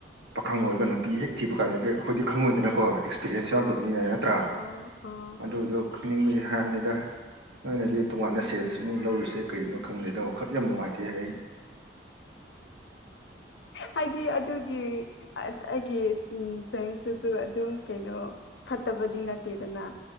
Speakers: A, on the right (about 80°); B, on the left (about 80°).
A: ꯄꯥꯈꯪ ꯑꯣꯏꯔꯒ ꯅꯨꯄꯤ ꯍꯦꯛ ꯊꯤꯕ ꯀꯥꯟꯗꯗꯤ ꯑꯩꯈꯣꯏꯗꯤ ꯈꯪꯉꯣꯏꯗꯅꯀꯣ ꯄꯦꯔꯦꯁ ꯌꯥꯎꯗꯕꯅꯤꯅ
B: ꯑꯥ
A: ꯅꯠꯇ꯭ꯔꯥ
B: ꯑꯥ ꯑꯥ
A: ꯑꯗꯨꯏꯗꯣ ꯈꯪꯅꯤꯡꯕꯁꯤ ꯍꯥꯏꯕꯅꯤꯗ ꯅꯣꯏꯅꯗꯤ ꯇꯣꯉꯥꯟꯅ ꯁꯦꯟꯖꯃꯨꯛ ꯂꯧꯔꯤꯁꯦ ꯀꯔꯤꯅꯣ ꯈꯪꯗꯦꯗ ꯋꯥꯈꯜ ꯌꯥꯝ ꯅꯨꯡꯉꯥꯏꯇꯦ ꯑꯩ
B: ꯍꯥꯏꯗꯤ ꯑꯗꯨꯒꯤ ꯑꯩꯒꯤ ꯁꯥꯏꯟꯁꯇꯨꯁꯨ ꯑꯗꯨꯝ ꯀꯩꯅꯣ ꯐꯠꯇꯕꯗꯤ ꯅꯠꯇꯦꯗꯅ